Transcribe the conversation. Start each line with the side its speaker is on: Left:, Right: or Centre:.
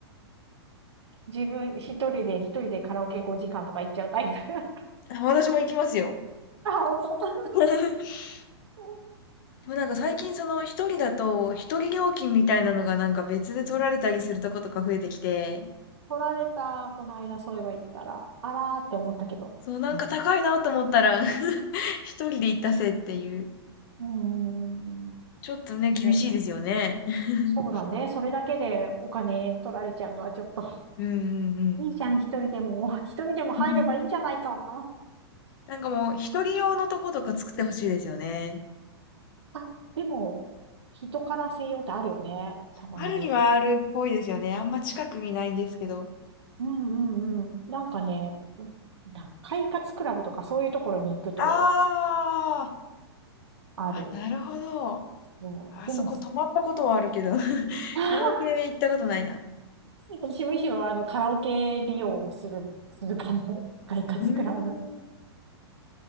Right: 自分一人で、一人でカラオケ5時間とか行っちゃうタイプ。<laughs>
Left: あ、私も行きますよ。
Right: あ、本当。<laughs>
Left: <laughs>
Right: お
Left: でもなんか最近その一人だと一人料金みたいなのがなんか別で取られたりするとことか増えてきて、
Right: 取られた、この間そういえば言ったら、あらーって思ったけど。
Left: そうなんか高いなと思ったら
Right: うん。
Left: <laughs> 一人で行ったせいっていう。
Right: うんうん。
Left: ちょっとね、厳しいですよね。
Right: ね、
Left: <laughs>
Right: そうだね。それだけでお金取られちゃうのはちょっと
Left: うんうんうん。
Right: いいじゃん、一人でも。<laughs> 一人でも入ればいいんじゃないか。
Left: <laughs>
Right: <laughs>
Left: なんかもう、一人用のとことか作ってほしいですよね。
Right: あ、でも、人から専用ってあるよね。たまに。
Left: あるにはあるっぽいですよね。あんま近くにないんですけど。
Right: うんうんうん。なんかね、な、快活クラブとかそういうところに行くと
Left: あー
Right: ある。
Left: あ、なるほど。
Right: うんでも、
Left: あそこ泊まったことはあるけど、
Right: す
Left: <laughs>
Right: <laughs>
Left: カラオケ行ったことないな。
Right: 私むしろあのカラオケ利用をする、するかも。快活クラブ。
Left: うーん。